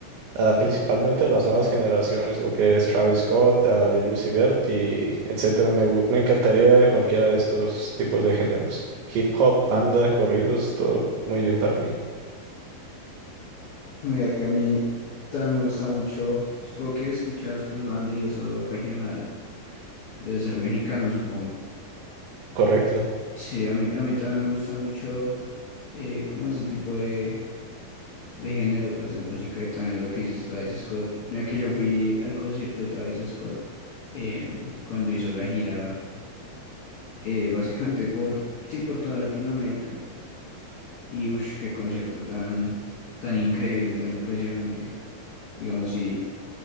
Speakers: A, on the right; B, on the left.
A: ah, principalmente las nuevas generaciones, lo que es Travis Scott, ah, Lil Uzi Vert y etcétera. Me, gu- me encantaría cualquiera de estos tipos de géneros. Hip hop, banda, corridos, todo muy bien para mí.
B: Mira que a mí también me gusta mucho, supongo que escuchas pues banda y eso regional, debe ser mexicano, supongo.
A: Correcto.
B: Sí, a mí, a mí también me gusta mucho eh, como ese tipo de de género, pues de música y también lo que dices Travis Scott. Mira que yo fui al concierto de Travis Scott eh, cuando hizo la gira, eh, básicamente por, sí, por toda Latinoamérica. Y uff, qué concierto tan, tan increíble, tan impresionante. Digamos, y